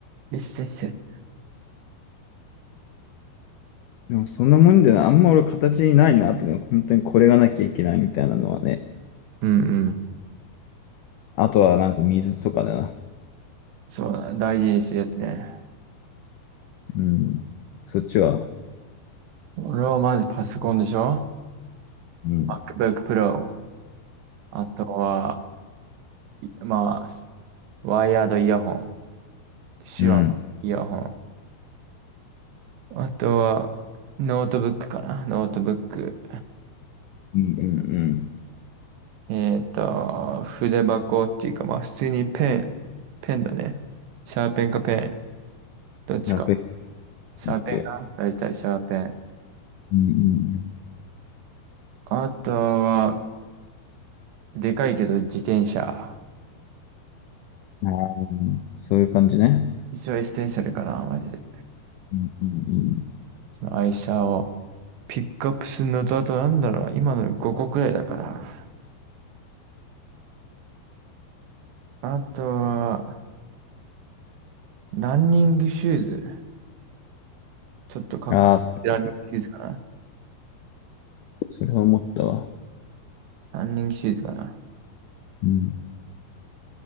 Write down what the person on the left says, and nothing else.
でもそんなもんでな、あんま俺形にないなってのは、本当にこれがなきゃいけないみたいなのはね。
あとはなんか水とかだな。
うん。そっちは、
うん。
うん。
うんうんうん。
やっべっ
け。うんうん
うん。あーそういう感じね。
うんうんうん。
ああ、それは思ったわ。
うん。